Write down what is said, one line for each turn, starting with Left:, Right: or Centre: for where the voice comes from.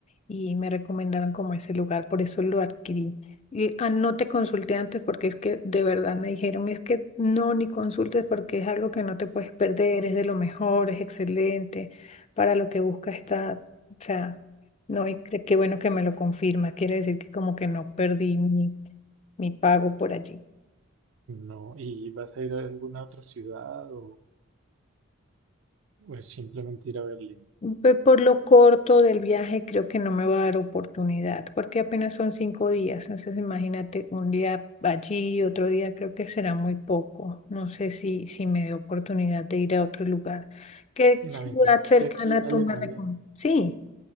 Left: y me recomendaron como ese lugar, por eso lo adquirí. Y ah, no te consulté antes porque es que de verdad me dijeron, es que no, ni consultes porque es algo que no te puedes perder, es de lo mejor, es excelente, para lo que buscas está, o sea, no, y qué qué bueno que me lo confirma, quiere decir que como que no perdí mi, mi pago por allí.
Right: No, ¿y vas a ir a alguna otra ciudad o, o es simplemente ir a Berlín?
Left: pe- Por lo corto del viaje, creo que no me va a dar oportunidad, porque apenas son cinco días. Entonces, imagínate un día allí otro día creo que será muy poco. No sé si, si me dé oportunidad de ir a otro lugar. ¿Qué
Right: La
Left: ciudad
Right: ventaja es
Left: cercana
Right: que aquí en
Left: tú
Right: Alemania,
Left: me recomiendas? Sí,